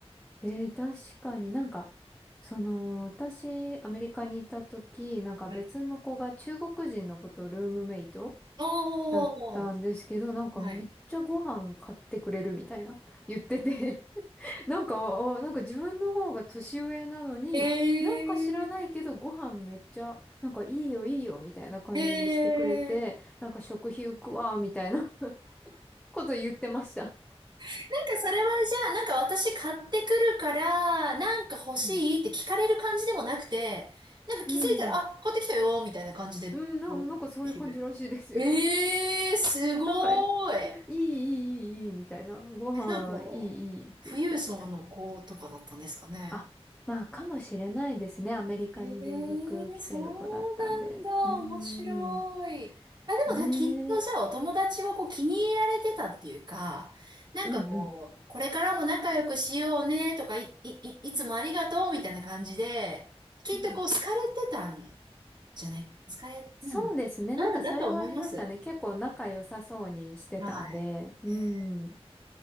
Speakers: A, in the centre; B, on the right.
A: えー、確かになんか、その、私、アメリカにいた時、なんか別の子が中国人の子とルームメイト
B: はい。おー、
A: だったんですけど、なんかめっちゃご飯買ってくれるみたいな言ってて
B: はい。
A: なんか、おなんか自分の方が年上なのに、
B: えー、
A: なんか知らないけどご飯めっちゃ、なんかいいよいいよみたいな感じでしてくれて、
B: えー、なん
A: なんか食費浮くわみたいな <laughs> こと言ってました。
B: かそれはじゃあ、なんか私買ってくるから、なんか欲しいって聞かれる感じでもなくて、
A: うん。
B: なんか気づいたら、
A: うん。
B: あ、買ってきたよーみたいな感じで、
A: うん、な、
B: こう来るえー、
A: なんかそういう感じらしいですよ。
B: すごーい。
A: <laughs> なんか、いい、いい、いい、いい、みたいな。ご飯、
B: えなんか、
A: いい、いいって言って。
B: 富裕層の子とかだったんですかね。
A: あ、まあ、かもしれないですね。アメリカに留学来てる子だったんで。
B: ええそうなんだ。
A: うー
B: 面白い。
A: ん。
B: あ、でもじゃあきっとじゃあお友達はこう気に入られてたっていうか、
A: ねえ。
B: なんかこう、
A: うん、うん。
B: これからも仲良くしようねとか、い、い、いいつもありがとうみたいな感じで、
A: うん。
B: きっとこう好かれてたん
A: うん
B: じゃない好かれ、
A: そうですね。
B: うん。
A: なんかそれはありましたね。
B: うん、だと思います。
A: 結構仲良さそうにしてたんで。
B: はい。
A: うん。
B: へえ